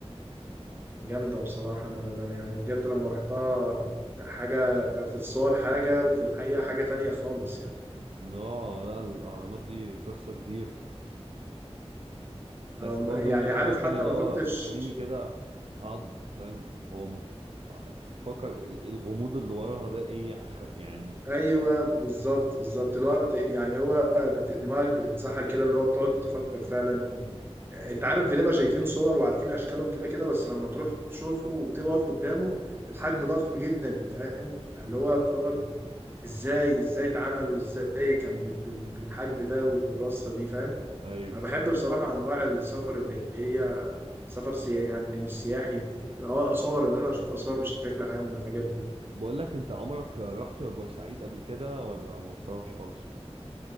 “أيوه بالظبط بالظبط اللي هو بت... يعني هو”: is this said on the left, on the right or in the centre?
Right